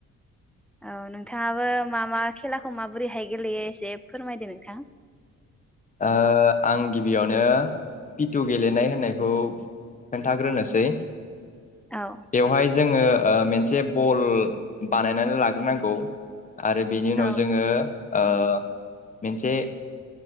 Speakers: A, in the centre; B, on the left.
A: औ नोंथाङाबो मा मा खेलाखौ माबोरैहाय गेलेयो एसे फोरमायदो नोंथां।
B: ओ आं गिबियावनो पिटु गेलेनाय होननायखौ खोन्थाग्रोनोसै।
A: औ।
B: बेवहाय जोङो मोनसे बल बानायनानै लाग्रोनांगौ आरो बेनि उनाव
A: औ
B: जोङो ओ मोनसे